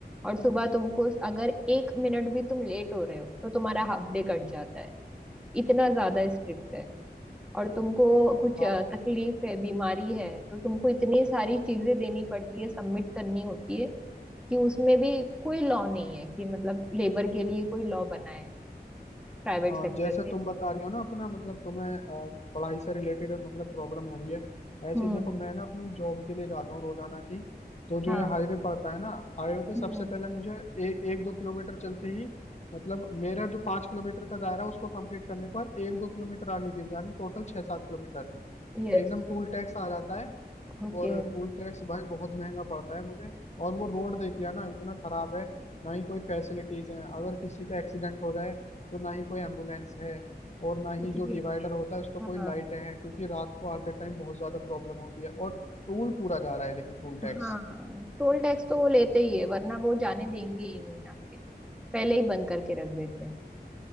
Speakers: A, in the centre; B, on the left.
A: और सुबह तुमको अगर एक मिनट भी तुम लेट हो रहे हो तो तुम्हारा हाफ डे कट जाता है इतना ज्यादा स्ट्रिक्ट और तुमको कुछ
B: हाँ
A: अ, तकलीफ है बीमारी है तो तुमको इतनी सारी चीजें देनी पड़ती है सबमिट करनी होती है कि उसमें भी कोई लॉ नहीं है कि मतलब लेबर के लिए कोई लॉ बना है प्राइवेट
B: हाँ
A: सेक्टर
B: जैसे
A: में
B: तुम बता
A: भी
B: रही हो ना अपना मतलब तुम्हें अ, पढ़ाई से रिलेटेड मतलब प्रॉब्लम हो रही है ऐसे
A: हम्म
B: ही देखो मैं ना अपनी जॉब के लिए जाता हूँ रोजाना की तो जो
A: हाँ
B: ये हाईवे पड़ता है ना हाईवे पे सबसे
A: हम्म
B: पहले मुझे ए, एक दो किलोमीटर चलते ही मतलब मेरा जो पाँच किलोमीटर का दायरा है, उसको कंप्लीट करने के बाद एक दो किलोमीटर आगे फिर यानी टोटल छः सात किलोमीटर
A: यस
B: एकदम टूल टैक्स आ जाता है
A: ओके
B: और टूल टैक्स भाई बहुत महंगा पड़ता है मुझे और वो रोड देख लिया ना इतना खराब है ना ही कोई फैसिलिटीज हैं अगर किसी का एक्सीडेंट हो जाए तो ना ही कोई एम्बुलेंस है और ना
A: कुछ
B: ही जो
A: भी नहीं
B: डिवाइडर
A: है
B: होता है उसको कोई
A: हाँ
B: लाइटें हैं क्योंकि रात को आते टाइम बहुत ज्यादा प्रॉब्लम होती है और टूल पूरा जा रहा है लेकिन टूल टैक्स
A: हाँ टोल टैक्स तो वो लेते ही है वरना वो जाने देंगे ही नहीं आगे पहले ही बंद करके रख देते हैं